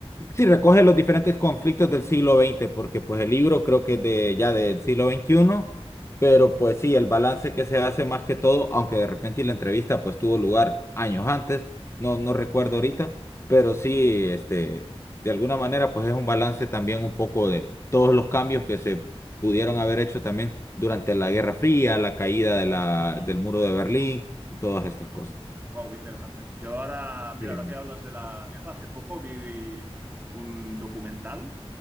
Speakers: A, on the left; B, on the right.
A: Sí, recoge los diferentes conflictos del siglo XX, porque pues el libro creo que es de ya del siglo XXI, pero pues sí, el balance que se hace más que todo, aunque de repente la entrevista pues tuvo lugar años antes, no,
B: Ujú.
A: no recuerdo ahorita, pero sí, este, de alguna manera pues es un balance también un poco de todos los cambios que se pudieron haber hecho también durante la Guerra Fría, la caída de la,
B: Vale.
A: del muro de Berlín, y todas estas
B: Ajá.
A: cosas.
B: Wow, qué interesante. Yo ahora, mira,
A: Bien.
B: ahora que hablas de la guerra, hace poco vi un documental